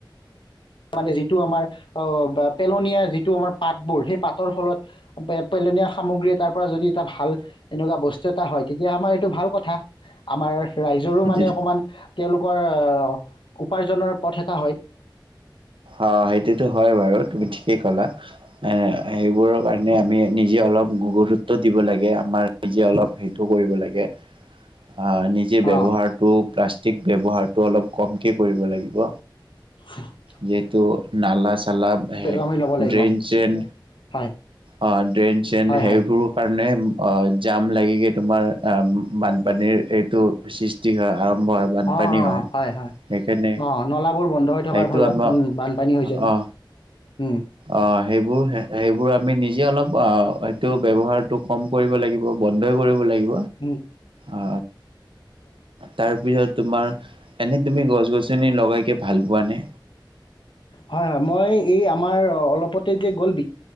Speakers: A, on the left; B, on the right.
A: মানে যিটো আমাৰ বা পেলনীয়া যিটো আমাৰ পাতবোৰ সেই পাতৰ ফলত পেলনীয়া সামগ্ৰী এটাৰ পৰা যদি এটা ভাল এনেকুৱা বস্তু এটা হয় তেতিয়া আমাৰ এইটো ভাল কথা আমাৰ। ৰাইজৰো
B: সেইটো
A: মানে অকমান। তেওঁলোকৰ উপাৰ্জনৰ পথ এটা হয়।
B: অ সেইটোতো হয় বাৰু তুমি ঠিকেই কলা সেইবোৰৰ কাৰণে আমি নিজে অলপ গুৰুত্ব দিব লাগে আমাৰ নিজে অলপ সেইটো কৰিব লাগে? অ নিজে ব্যৱহাৰতটো
A: অ'
B: প্লাষ্টিক। প্লাষ্টিক ব্যৱহাৰটো অলপ কম কে কৰিব লাগিব?
A: উম।
B: যিহেতু নালা চালা
A: আমি ল'ব লাগিব
B: ড্ৰেইন চেইন
A: হয়
B: অ ড্ৰেইন চেন
A: হয়
B: সেইবোৰ
A: হয়
B: কাৰণে। অ জাম লাগিগে তোমাৰ অ বানপানীৰ এইটো সৃষ্টি হয়। আৰম্ভ হয় বানপানী
A: অ অ হয় হয়
B: সেইকাৰণে
A: অ নলাবোৰ বন্ধ হৈ থকাৰ।
B: সেইটো
A: ফলত
B: আমাৰ
A: বানপানী হৈ যায়।
B: অ
A: উম
B: অ সেইবোৰ সেইবোৰ। আমি নিজে অলপ সটো ব্যৱহাৰটো কম কৰিব লাগিব বন্ধই কৰিব লাগিব?
A: হ
B: অ তাৰপিছত? তোমাৰ এনে তুমি গছ গছনি লগাইকে ভাল পোৱা নে।
A: হয় হয় মই এই আমাৰ অলপতে যে গ'ল বিশ